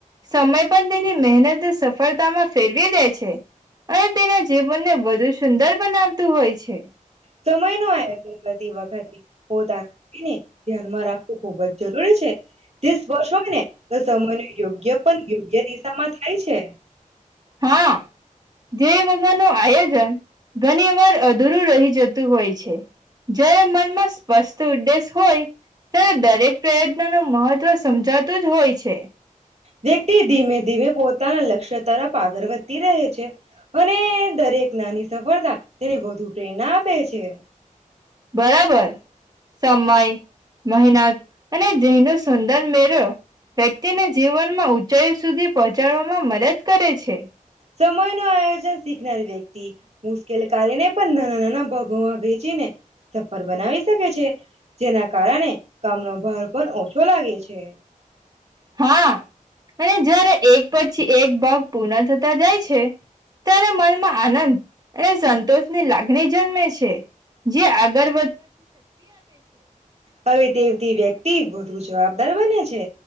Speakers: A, on the right; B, on the right.
A: સમય પણ તેની. મહેનત સફળતામાં ફેરવી દે છે, અને તેના જીવનને વધુ સુંદર બનાવતું હોય છે.
B: સમય નો આ બતી, વખતે. હો, તારા ને ધ્યાનમાં રાખ. ખુબજ, જરૂરી છે. તે સ્પર્શ હોય, ને તો સમય ન યોગ્ય, પણ યોગ્ય. રિસામાં થાય છે.
A: હા જે વગરનું આયોજન ઘણી વાર અ દૂરુ રહી જતું હોય છે. જયારે મનમાં સ્પષ્ટ ઉદ્દેશ હોય ત્યારે દરેક પ્રયત્ન નું મહત્વ સમજાતુ જ હોય છે.
B: વ્યક્તિ ધીમે-ધીમે પોતાના લક્ષ્ય તરફ આગળ વધતી રહે છે. અને દરેક નાની સફળતા તેને વધુ પ્રેરણા આપે છે.
A: બરાબર. સમય, મહેનત અને ધ્યેયનો સુંદર મેરો વ્યક્તિને જીવનમાં ઊંચાઈ સુધી પહોંચાડવા માં મદદ કરે છે.
B: સમયનું આયોજન શીખનારી વ્યક્ત તી મુશ્કેલ કાર્ય ને પણ નાના-નાના ભવ ગોવા <unintelligible> સફળ બનાવી શકે છે, જેના કારણે કામનો ભાર પણ ઓછો લાગે છે.
A: હા અને જ્યારે એક પછી એક ભાગ પૂર્ણ થતા જાય છે ત્યારે મનમાં આનંદ અને સંતોષની લાગણી જન્મે છે. જે આગર
B: હવે તેવતી વ્યક્તિ વધુ જવાબદાર બને છે,